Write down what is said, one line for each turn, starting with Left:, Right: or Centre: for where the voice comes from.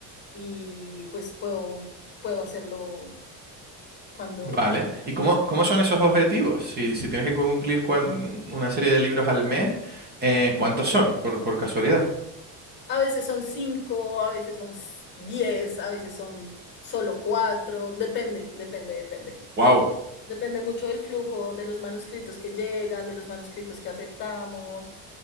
Left: y pues puedo, puedo hacerlo cuando,
Right: Vale.
Left: cuando
Right: ¿Y cómo, cómo son esos objetivos? Si, si tienes que cumplir cuan- una serie de libros al mes, eh, ¿cuántos son, por, por casualidad?
Left: A veces son cinco, a veces son s- diez, a veces son solo cuatro, depende, depende, depende.
Right: Wow.
Left: Depende mucho del flujo, de los manuscritos que llegan, de los manuscritos que aceptamos.